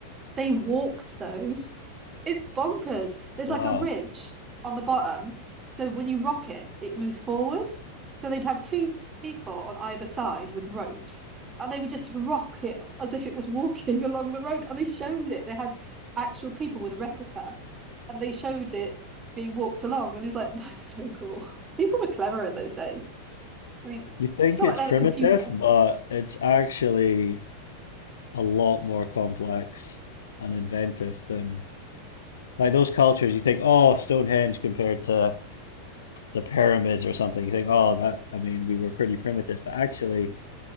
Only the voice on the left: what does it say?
Wow.
You think
it's
primitive,
but it's actually a lot more complex and inventive than like those cultures. You think, oh, Stonehenge compared to the pyramids or something. You think, oh, that, I mean, we were pretty primitive, but actually,